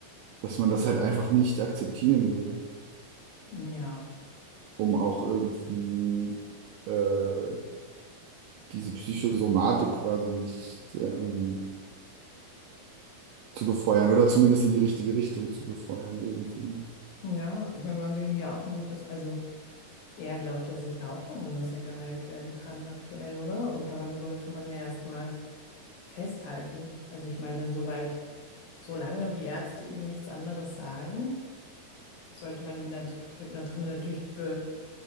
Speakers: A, on the right; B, on the left.
A: dass man das halt einfach nicht akzeptieren will,
B: Ja.
A: um auch irgendwie äh, diese Psychosomatik quasi nicht ähm, zu befeuern oder zumindest in die richtige Richtung zu befeuern irgendwie.
B: Ja, ich meine, man will ihm ja auch ein gutes, also er glaubt ja sicher auch daran, dass er geheilt werden kann aktuell, oder? Und daran sollte man ja erstmal festhalten. Also ich meine, sobald, solange wie Ärzte eben nichts anderes sagen, sollte man ihm da, dr- da drin natürlich be,